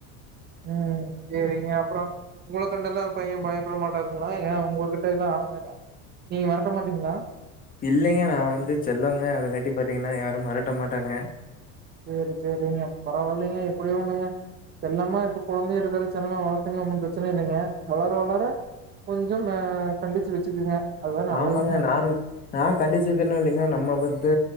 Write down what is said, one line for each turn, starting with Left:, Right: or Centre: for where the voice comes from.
Right: ம் சேரிங்க அப்பறோ உங்களுக்கண்டெல்லா பைய பயப்பட மாட்டாருங்ளா ஏ உங்ககிட்டைல்லா அடங்க நீங்க மெரட்ட மாட்டீங்ளா
Left: இல்லெங்க நா வந்து செல்லங்க அதங்கட்டி பாத்தீங்கனா யாரும் மரட்ட மாட்டாங்க
Right: சேரி சேரிங்க பரவால்லேங்க எப்புடியோ ஒண்ணுங்க செல்லமா இப்ப கொழந்தைய இருக்கது செல்லமா வளத்தங்க ஒன்னும் ப்ரச்சன இல்லெங்க வளர வளர கொஞ்சம் ஆ கண்டுச்சு வச்சுக்குங்க அதுதா நல்லதுங்க
Left: ஆமாங்க நான் நா கண்டுச்சுதினொ இல்லெங்கொ நம்ம பத்து